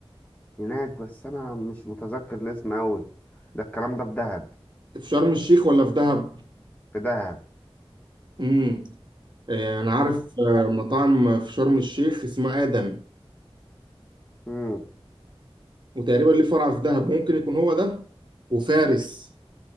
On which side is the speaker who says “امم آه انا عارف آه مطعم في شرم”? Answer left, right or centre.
Right